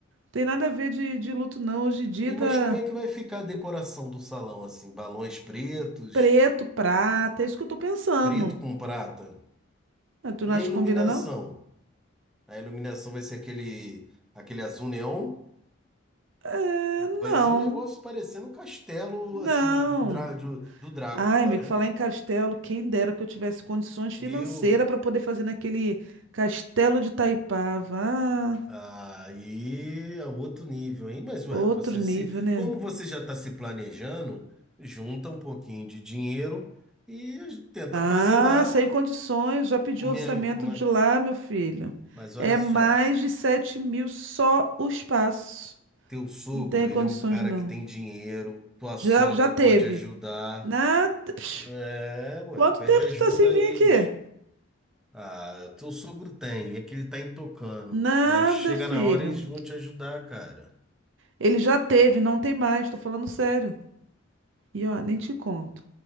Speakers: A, on the right; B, in the centre.
A: Tem nada a ver de, de luto, não. Hoje em dia
B: E,
A: tá
B: mas como é que vai ficar a decoração do salão, assim? Balões pretos,
A: preto, prata, é isso que eu tô pensando.
B: preto com prata.
A: Ah, tu não
B: E
A: acha
B: a iluminação?
A: que combina, não?
B: A iluminação vai ser aquele, aquele azul neon?
A: É, não,
B: Vai ser um negócio parecendo um castelo,
A: não.
B: assim, do, Drá- do, do Drácula,
A: Ai, amigo,
B: né?
A: falar em castelo, quem dera que eu tivesse condições financeiras
B: Eu,
A: para poder fazer naquele castelo de Taipava. Ah,
B: Aí é outro nível, hein? Mas,
A: outro
B: ué, você
A: nível,
B: se,
A: né?
B: como você já está se planejando, junta um pouquinho de dinheiro e tenta
A: Ah,
B: fazer lá.
A: sem condições, já pedi orçamento
B: Minha, ma-
A: de lá, meu filho.
B: mas olha
A: É mais
B: só,
A: de 7 mil só o espaço.
B: teu sogro,
A: Não tem condições,
B: ele é um cara
A: não.
B: que tem dinheiro, tua
A: Já,
B: sogra
A: já teve.
B: pode ajudar.
A: Nada. Psh,
B: É, ué,
A: quanto
B: pede
A: tempo
B: ajuda
A: tu tá sem vir
B: a eles.
A: aqui?
B: Ah, teu sogro tem, é que ele tá intocando.
A: Nada,
B: Mas chega
A: filho.
B: na hora, eles vão te ajudar, cara.
A: Ele já teve, não tem mais, tô falando sério. E ó, nem te conto.